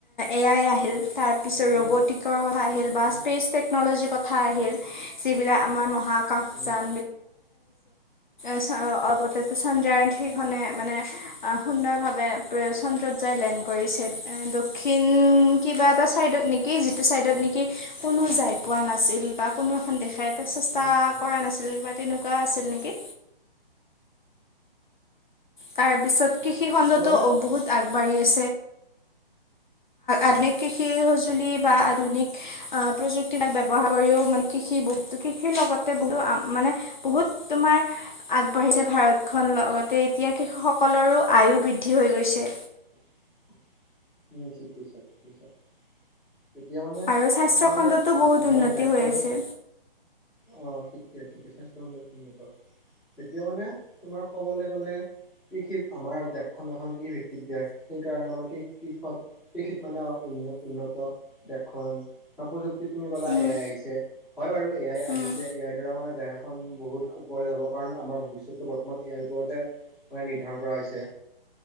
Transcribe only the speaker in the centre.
উম,
উম।
উম,
উম, উম,
এতিয়া মানে
উম,
<unintelligible> উম ঠিক কৈছা ঠিক কৈছা। তেতিয়া মানে
তোমাৰ
আমাৰ
দেশখন
আহ শ ঠিকে ঠিকে স্বাস্থ্য উন্ উন্নত এতিয়া মানে তোমাৰ কবলৈ গলে। কি ঠিক আমাৰ দেশখন এখন কি ভিত্তিত দেশ সেই কাৰণে আমাৰ কি? কৃষত কৃষিত মানে উ উন্ন উন্নত দেশখন বা প্ৰযুক্তি তুমি ক'লা
এ‌ আই পিছে হয় বাৰু এ আই আহিছে
এ আই দ্বাৰা আমাৰ দেহাখন বহুত ওপৰলে যাব কাৰণ আমাৰ ভৱিষ্যতো বৰ্তমান এই আই ওপৰতে প্ৰায় নিৰ্ধাৰণ কৰা হৈছে